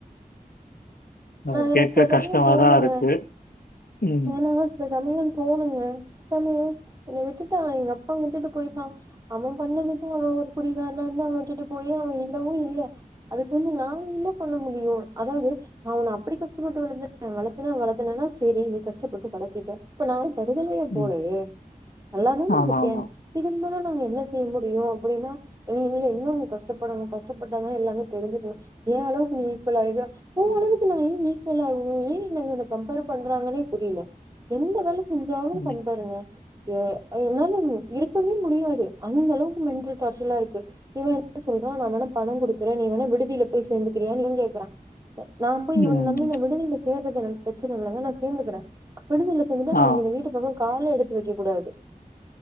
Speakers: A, on the left; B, on the right.
A: ஓ
B: நா எனக்கு
A: கேட்க
B: சில
A: கஷ்டமாதான்
B: சமயம் தோணுங்க
A: இருக்கு உம்
B: ஏன்னா சில சமயம் தோணுங்க சமயம் என்ன விட்டுட்டா எங்க அப்பா விட்டுட்டு போய்ட்டான் அவன் பண்ணதுக்கு அவன் ஒரு குடி காரனா இருந்து அவன் விட்டுட்டு போய் அவன் இல்லவும் இல்ல அதுக்கு வந்து நாங்க என்ன பண்ண முடியும் அதாவது நான் உன்ன அப்படி கஷ்டப்பட்டு வளர்த்துருக்கேன் வளக்குறன் வளக்குறனா சேரி கஷ்டப்பட்டு கடத்திட்டே இப்ப நா தருதலையா
A: ம்.
B: போலயே நல்லா தான
A: ஆமாமா.
B: இருக்கே இதுக்கு மேல நா என்ன செய்ய முடியு அப்படின்னா இனி நில்ல இன்னு நீ கஷ்டப்படணு கஷ்டப்பட்டாதா எல்லாமே தெரிஞ்சுக்க ஏ அளவுக்கு நீ ஈக்குவலாயிருக்க உ அளவுக்கு நா ஏன் ஈக்குவல் ஆவணு ஏன் என்ன அங்க அத கம்பேர் பண்றாங்கன்னே புரியல எந்த வேல செஞ்சாலு
A: ம்.
B: கம்பேருங்க ஏ என்னாலங் இருக்கவே முடியாது அந்த அளவுக்கு மென்டல் டார்ச்சலா இருக்கு இவன் எப்டி சொல்றா நா வேணா பணம் குடுக்கறே நீ வேணா விடுதில போயி சேந்துக்கிறீயான்னு இவன் கேக்குறா நா போயி
A: ம்.
B: இவன நம்பி நா விடுதில சேர்றது எனக்கு பிரச்சனை இல்லங்க நா சேந்துக்கிறே விடுதில சேந்துட்டா
A: ஆ.
B: நாளக்கி இந்த வீட்டு பக்கோ காலே எடுத்து வெக்க கூடாது